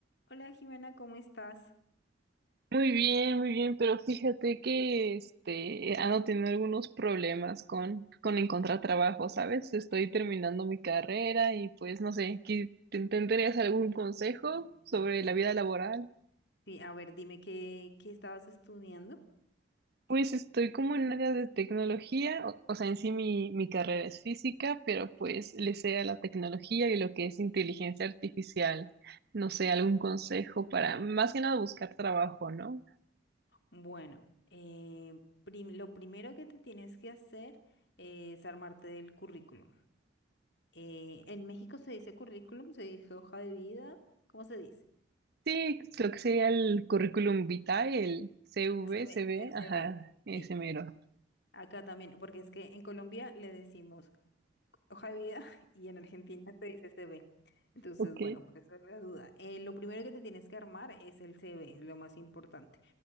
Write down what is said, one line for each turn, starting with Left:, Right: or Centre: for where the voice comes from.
Left: Hola Jimena, ¿cómo estás?
Right: Muy bien, muy bien, pero fíjate que este ando teniendo algunos problemas con, con encontrar trabajo, ¿sabes? Estoy terminando mi carrera y pues no sé, ¿qué- ¿ten- ten- tendrías algún consejo sobre la vida laboral?
Left: Sí, a ver, dime qué, qué estabas estudiando.
Right: Pues estoy como en áreas de tecnología, o, o sea, en sí mi, mi carrera es física, pero pues le sé a la tecnología y lo que es inteligencia artificial. No sé, algún consejo para más que nada buscar trabajo, ¿no?
Left: Bueno, eh, prim- lo primero que te tienes que hacer es armarte del currículum. Eh, en México se dice currículum, se dice hoja de vida, ¿cómo se dice?
Right: Sí, lo que sería el currículum vitae, el CV,
Left: El CV,
Right: CV,
Left: el CV,
Right: ajá, ese
Left: sí.
Right: mero.
Left: Acá también, porque es que en Colombia le decimos hoja de vida <laughs> y en Argentina se dice CV. Entonces,
Right: Ok,
Left: bueno, por eso es la duda. Eh, lo primero que te tienes que armar es el CV, es lo más importante.